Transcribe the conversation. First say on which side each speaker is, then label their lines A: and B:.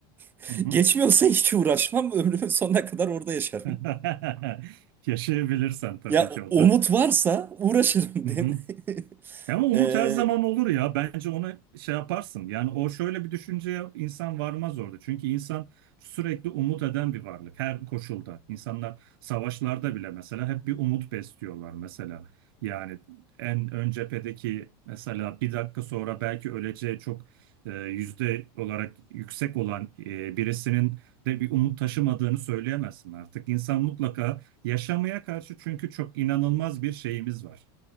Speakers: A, on the right (about 15°); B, on the right (about 80°).
A: <laughs>
B: Hı hı.
A: Geçmiyorsa hiç uğraşmam ömrümün sonuna kadar orada yaşarım.
B: <laughs> Yaşayabilirsen tabii
A: Ya
B: ki o
A: o-
B: da.
A: umut varsa uğraşırım
B: Hı
A: <laughs> değil
B: hı.
A: mi? <laughs>
B: Ya Ama umut
A: Ee,
B: her zaman olur ya. Bence ona şey yaparsın. Yani o şöyle bir düşünceye insan varmaz orada. Çünkü insan sürekli umut eden bir varlık. Her koşulda. İnsanlar savaşlarda bile mesela hep bir umut besliyorlar mesela. Yani en ön cephedeki mesela bir dakika sonra belki öleceği çok e, yüzde olarak yüksek olan e, birisinin de bir umut taşımadığını söyleyemezsin artık. İnsan mutlaka yaşamaya karşı çünkü çok inanılmaz bir şeyimiz var